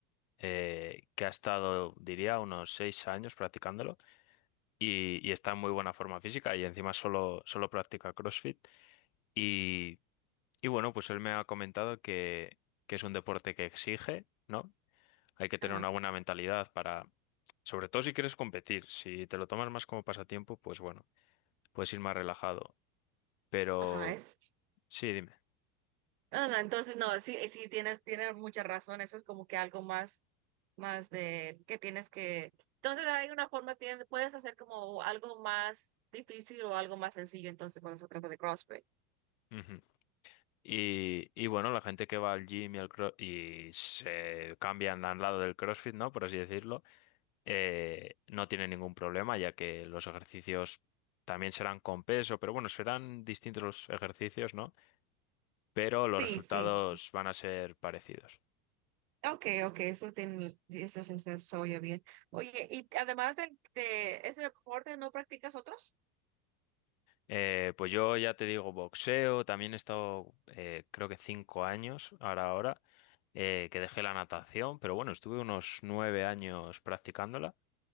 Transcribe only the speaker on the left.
eh, que ha estado, diría, unos seis años practicándolo y, y está en muy buena forma física y encima solo, solo practica CrossFit. Y, y bueno, pues él me ha comentado que, que es un deporte que exige, ¿no? Hay que tener
una buena mentalidad para, sobre todo si quieres competir, si te lo tomas más como pasatiempo, pues bueno, puedes ir más relajado. Pero
sí, dime.
Ujú. Y, y bueno, la gente que va al gym y, al cro- y se cambian al lado del CrossFit, ¿no? Por así decirlo, eh, no tiene ningún problema, ya que los ejercicios también serán con peso, pero bueno, serán distintos los ejercicios, ¿no? Pero los
resultados
van a ser parecidos.
Eh, pues yo ya te digo, boxeo, también he estado eh, creo que cinco años ahora ahora, eh, que dejé la natación, pero bueno, estuve unos nueve años practicándola